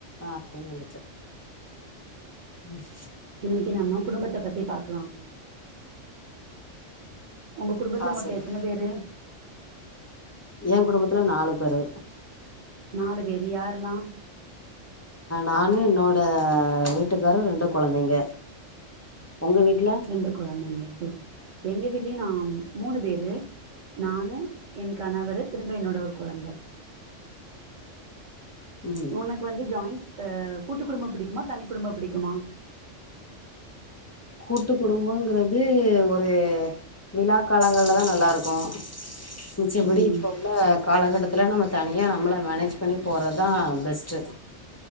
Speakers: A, on the left (about 20°); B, on the right (about 75°).
A: ஆஹ் நான் வந்துட்ட ம் <inaudible>
B: இன்னக்கி நம்ம குடும்பத்த பத்தி பாக்லா ஒங்க குடும்பத்ல
A: ஆ
B: மொத்த
A: சொல்லு
B: எத்தன பேரு
A: எங் குடும்பத்துல நாலு பேரு
B: நாலு பேரு யாரெல்லா
A: நானு ஆ என்னோட வீட்டுக்காரு ரெண்டு கொழந்தைங்க உங்க வீட்ல
B: ரெண்டு கொழந்தைங்க சே எங்க வீட்லயு நா மூணு பேரு நானு என் கணவரு திரும்ப என்னோட ஒரு கொழந்த
A: ம்
B: உனக்கு வந்து ஜாயின் அ கூட்டுக் குடும்பம் பிடிக்குமா தனி குடும்பம் பிடிக்குமா
A: கூட்டு குடும்போங்குறது ஒரு விழா காலங்கள்ல தா நல்லாருக்கு மிச்சப்படி
B: ம்
A: இப்ப உள்ள காலகட்டத் துல நம்ம தனியா நம்மள மேனேஜ் பண்ணி போறதா பெஸ்ட்டு